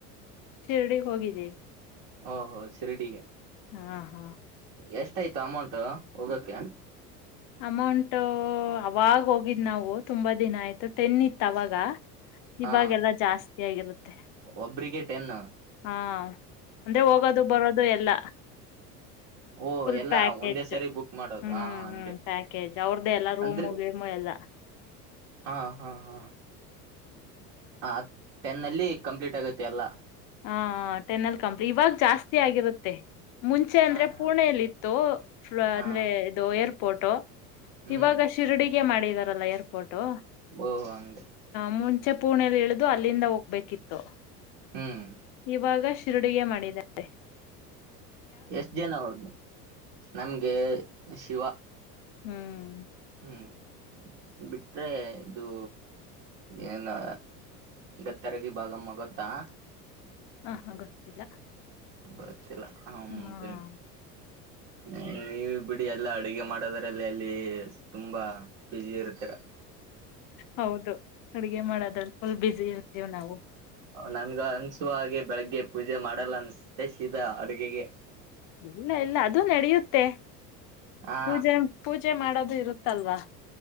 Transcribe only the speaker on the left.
ಶಿರ್ಡಿ ಹೋಗಿದೀವಿ.
ಹಾ, ಹಾ
ಅಮೌಂಟ ಅವಾಗ ಹೋಗಿದ್ ನಾವು ತುಂಬಾ ದಿನ ಆಯ್ತು. ಟೆನ್ ಇತ್ತು ಅವಾಗ,
ಇವಾಗೆಲ್ಲ ಜಾಸ್ತಿ ಆಗಿರುತ್ತೆ.
ಹಾ, ಅಂದ್ರೆ ಹೋಗೋದು ಬರೋದು ಎಲ್ಲ.
ಫುಲ್
ಪ್ಯಾಕೇಜ್
ಹ್ಮ್
ಹ್ಮ್ ಪ್ಯಾಕೇಜ್ ಅವ್ರ್ದೇ ಎಲ್ಲ ರೂಮು
ಗೀಮು ಎಲ್ಲ.
ಹಾ ಟೆನಲ್ ಕಂಪ್ನಿ ಇವಾಗ ಜಾಸ್ತಿ ಆಗಿರುತ್ತೆ. ಮುಂಚೆ ಅಂದ್ರೆ
ಪುಣೆಯಲ್ಲಿ ಇತ್ತು.
ಅಂದ್ರೆ ಇದು ಏರ್ ಪೋಟೋ,
ಇವಾಗ ಶಿರ್ಡಿಗೆ ಮಾಡ ಎಲ್ಲ ರ್ಪೋಟ್ ಟು ಹ
ಮು ಮುಂಚೆ ಪೂರ್ಣೆಯಲ್ಲಿ ಇಳಿದು ಅಲ್ಲಿಂದ ಹೋಗ್ಬೇಕಿತ್ತು.
ಇವಾಗ ಶಿರಡಿಗೆ ಮಾಡಿದ್ದಾರೆ.
ಹ್ಮ್.
ಹಾ, ಹಾ ಗೊತ್ತಿಲ್ಲ.
ಹ
ಹೌದು ಅಡುಗೆ ಮಾಡೋದ್ರಲ್ಲಿ ಫುಲ್ ಬಿಸಿ ಇರ್ತೇವ ನಾವು
ಇಲ್ಲ ಇಲ್ಲ ಅದು ನಡೆಯುತ್ತೆ
ಪೂಜೆ ಪೂಜೆ ಮಾಡದು ಇರುತ್ತಲ್ವಾ